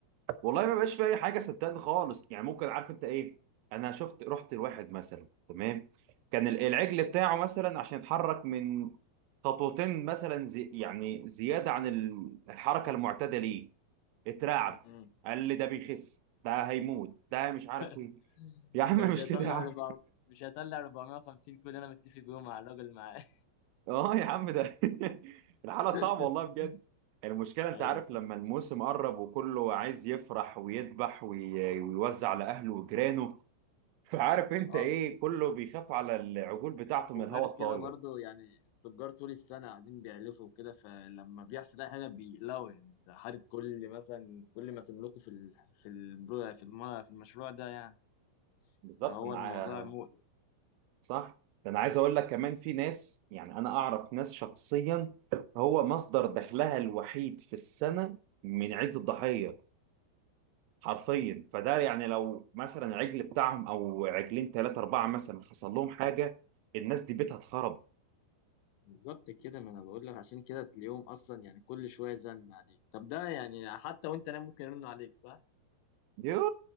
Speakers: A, on the right (about 85°); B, on the left (about 85°).
A: والله ما بقاش في اي حاجه صدقني خالص يعني ممكن عارف انت ايه انا شفت رحت لواحد مثلا تمام كان ال- العجل بتاعه مثلا عشان يتحرك من خطوتين مثلا زي يعني زياده عن ال- الحركه المعتاده ليه اترعب
B: مم.
A: قال لي ده بيخس ده هيموت ده مش عارف
B: <laughs>
A: ايه <laughs> يا عم
B: ده مش
A: مش
B: هيطلع
A: كده يا عم
B: 400 مش هيطلع 450 كود انا متفق بيهم مع الراجل معاه
A: اه يا عم ده <laughs> الحالة صعبة
B: <laughs>
A: والله بجد المشكلة انت
B: ايوه
A: عارف
B: فهمت.
A: لما الموسم قرب وكله عايز يفرح ويذبح وي- ويوزع على اهله وجيرانه فعارف انت
B: اه
A: ايه كله بيخاف على العجول بتاعته
B: وغير
A: من الهواء
B: كده
A: الطاير
B: برضو يعني التجار طول السنة قاعدين بيعلفوا وكده فلما بيحصل أي حاجة بيقلقوا يعني أنت حاطط كل مثلا كل ما تملكه في ال... في البرو... في الم... في المشروع ده يعني
A: بالظبط
B: فهو
A: انا
B: الموضوع
A: ع-
B: مقلق
A: صح ده انا عايز اقول لك كمان في ناس يعني انا اعرف ناس شخصيا هو مصدر دخلها الوحيد في السنة من عيد الضحية حرفيا فده يعني لو مثلا عجل بتاعهم او عجلين ثلاثة أربعة مثلا حصل لهم حاجة الناس دي بيتها اتخرب
B: بالظبط كده ما أنا بقول لك عشان كده اليوم أصلا يعني كل شوية زن عليك طب ده يعني حتى وأنت نايم ممكن يرنوا عليك صح؟
A: يوه